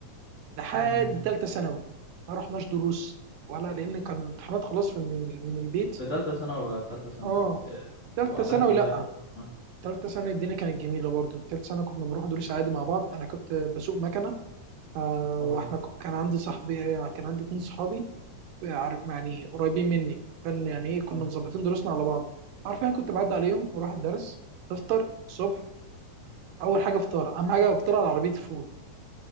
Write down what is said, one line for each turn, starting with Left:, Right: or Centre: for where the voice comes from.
Right: لحد
Left: مم.
Right: ثالثه ثانوي ما رحناش دروس ولا لان كان امتحانات خلاص في من من البيت
Left: في تالتة ثانوي بقى في تالتة ثانوي
Right: اه
Left: إيه،
Right: ثالثه
Left: وعملت
Right: ثانوي
Left: ايه
Right: لا
Left: بقى في تالتة ثانوي
Right: ثالثه ثانوي الدنيا كانت جميله برضو ثالثه ثانوي كنا بنروح دروس عادي مع بعض انا كنت بسوق مكنه آه،
Left: اه
Right: واحنا ك- كان عندي صاحبي كان عندي اتنين صحابي عارف يعني قريبين مني كان يعني ايه كنا
Left: آه.
Right: مظبطين دروسنا على بعض عارفين كنت بعدي عليهم بروح الدرس نفطر الصبح اول حاجه فطار اهم حاجه فطار على عربيه فول